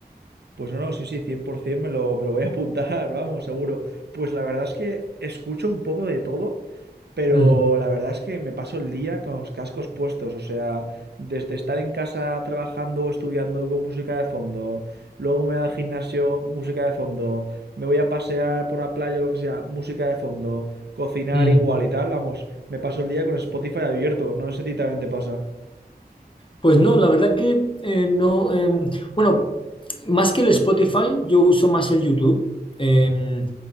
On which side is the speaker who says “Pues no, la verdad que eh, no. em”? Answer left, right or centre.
Left